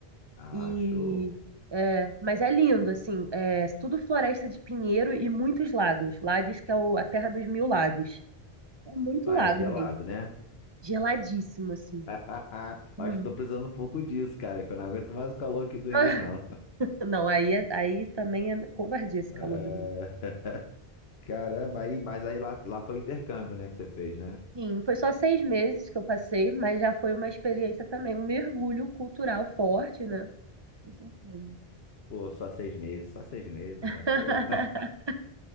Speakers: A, on the left (about 75°); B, on the right (about 30°).
A: Ah,
B: E
A: show.
B: é, mas é lindo, assim. É tudo floresta de pinheiro e muitos lagos. Lá diz que é o- a terra dos mil lagos. É muito
A: Lá
B: lago
A: é gelado,
B: mesmo.
A: né?
B: Geladíssimo, assim.
A: <laughs>
B: Muito.
A: Acho que tô precisando um pouco disso, cara, é que eu não aguento mais o calor aqui do
B: <laughs>
A: Rio, não.
B: Não, aí, é- aí também é covardia esse
A: É,
B: calor do Rio.
A: <laughs> Caramba, aí, mas aí lá, lá foi intercâmbio, né, que você fez, né?
B: Sim, foi só seis meses que eu passei, mas já foi uma experiência também, um mergulho cultural forte, né? Com certeza.
A: Pô, só seis meses, só seis meses,
B: <laughs>
A: né? Pô. <laughs>